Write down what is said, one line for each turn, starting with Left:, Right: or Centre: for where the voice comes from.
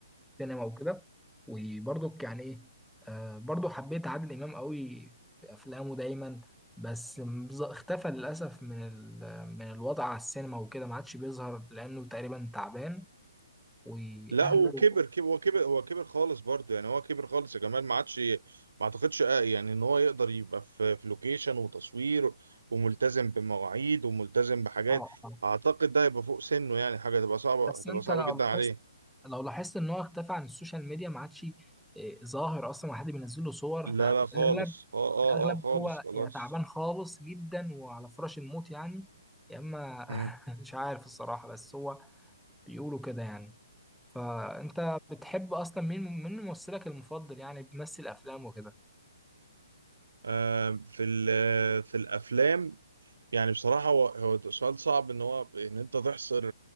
Centre: السينما وكده وبرضك يعني ايه آه، برضو حبيت عادل امام قوي في افلامه دايما بس مز- اختفى للاسف من ال- من الوضع على السينما وكده ما عادش بيظهر لانه تقريبا تعبان واهله
Right: لا وكبر كبر هو كبر هو كبر خالص برضه يعني هو كبر خالص يا جمال ما عادش ما اعتقدش آه يعني ان هو يقدر يبقى في في لوكيشن وتصوير وملتزم بمواعيد وملتزم بحاجات
Centre: اه اه
Right: اعتقد ده هيبقى فوق سنه يعني حاجه هتبقى صعبه
Centre: بس
Right: هتبقى
Centre: انت
Right: صعبه
Centre: لو
Right: جدا
Centre: لاحظت
Right: عليه
Centre: لو لاحظت ان هو اختفى عن السوشيال ميديا ما عادش إيه، ظاهر اصلا وحد بينزل له صور
Right: لا
Centre: ففي
Right: لا
Centre: الاغلب
Right: خالص اه اه
Centre: في الاغلب
Right: اه خالص
Centre: هو
Right: خلاص
Centre: يعني تعبان خالص جدا وعلى فراش الموت يعني يا اما <laughs>
Right: مم.
Centre: مش عارف الصراحه بس هو بيقولوا كده يعني فانت بتحب اصلا مين مين ممثلك المفضل يعني بيمثل افلام وكده
Right: آه، في ال- في الافلام يعني بصراحة هو هو سؤال صعب ان هو ان انت تحصر